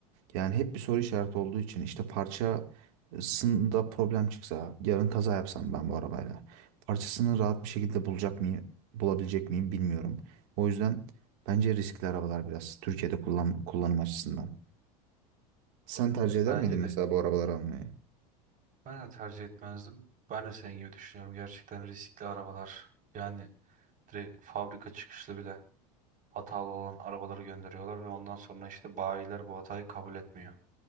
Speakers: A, on the right; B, on the right.
A: Yani hep bir soru işareti olduğu için işte parçasında problem çıksa yarın kaza yapsam ben bu arabayla parçasını rahat bir şekilde bulacak mıyım, bulabilecek miyim bilmiyorum. O yüzden bence riskli arabalar biraz Türkiye'de kullan, kullanım açısından. Sen tercih eder
B: Bence
A: miydin mesela
B: de
A: bu arabaları almayı?
B: ben de tercih etmezdim. Ben de senin gibi düşünüyorum. Gerçekten riskli arabalar. Yani direkt fabrika çıkışlı bile hatalı olan arabaları gönderiyorlar ve ondan sonra işte bayiler bu hatayı kabul etmiyor.